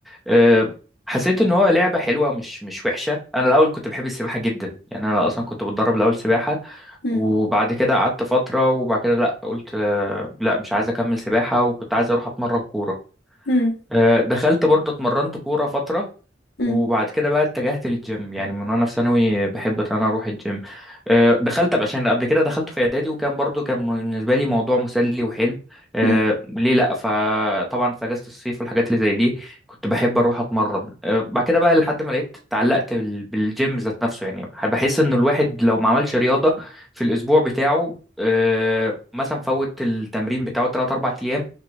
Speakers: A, in the centre; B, on the left.
A: أه، حسيت ان هو لعبه حلوه مش مش وحشه انا الاول كنت بحب السباحه جدا يعني انا اصلا كنت بتدرب الاول سباحه
B: مم.
A: وبعد كده قعدت فتره وبعد كده لا قلت أه، لا مش عايز اكمل سباحه وكنت عايز اروح اتمرن كوره
B: مم.
A: أه، دخلت برضه اتمرنت كوره فتره
B: مم.
A: وبعد كده بقى اتجهت للجيم يعني من وانا في ثانوي بحب ان انا اروح الجيم آه، دخلت عشان قبل كده دخلت في اعدادي وكان برضو كان بالنسبه لي موضوع مسلي وحلو آه،
B: مم.
A: ليه لا فطبعا في اجازه الصيف والحاجات اللي زي دي كنت بحب اروح اتمرن آه، بعد كده بقى لحد ما لقيت اتعلقت بال- بالجيم ذات نفسه يعني بحس انه الواحد لو ما عملش رياضه في الاسبوع بتاعه آه، مثلا فوت التمرين بتاعه 3 4 ايام